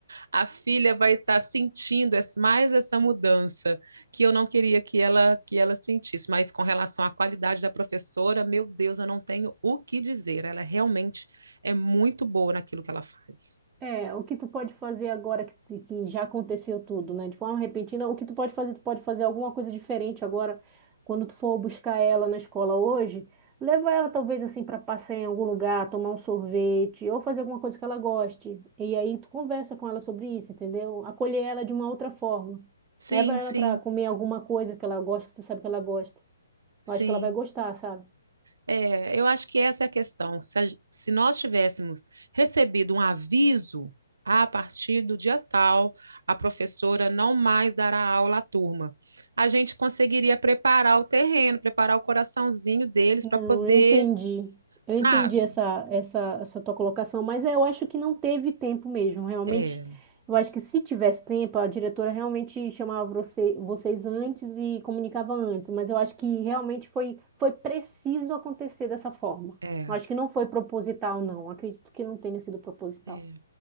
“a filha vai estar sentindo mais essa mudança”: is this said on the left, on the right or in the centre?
Right